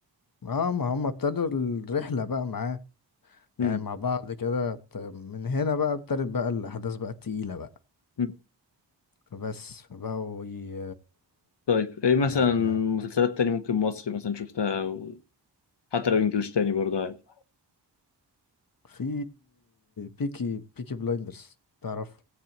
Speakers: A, on the left (about 50°); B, on the left (about 70°).
A: اه ما هم ابتدوا الرحلة بقى معاه
B: مم.
A: يعني مع بعض كده بت... من هنا بقى ابتدت بقى الأحداث بقى التقيلة بقى
B: مم.
A: فبس بقوا ي...
B: طيب ايه مثلا
A: يا-
B: مسلسلات تاني ممكن مصري مثلا شفتها و... حتى لو انجلش تاني برضه عادي
A: في بيكي بيكي بلايندرز تعرف